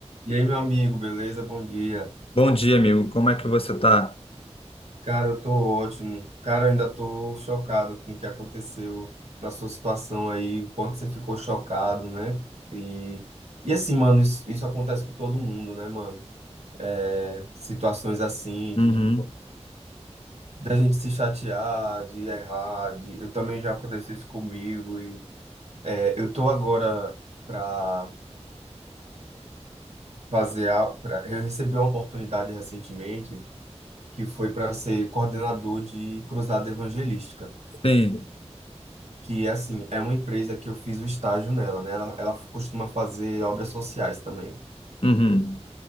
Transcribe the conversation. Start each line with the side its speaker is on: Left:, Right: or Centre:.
Right: E aí, meu amigo, beleza? Bom dia.
Left: Bom dia, amigo. Como é que você tá?
Right: Cara, eu tô ótimo. Cara, eu ainda tô chocado com o que aconteceu na sua situação aí, o quanto você ficou chocado, né? E, e assim, mano, isso, isso acontece com todo mundo, né, mano? É, situações assim
Left: Uhum.
Right: de da gente se chatear, de errar, de, eu também já aconteceu isso comigo e é, eu tô agora pra fazer, a- pra, eu recebi uma oportunidade recentemente que foi para ser coordenador de Cruzada Evangelística,
Left: Sim.
Right: que é assim, é uma empresa que eu fiz o estágio nela, né? Ela, ela costuma fazer obras sociais também.
Left: Uhum.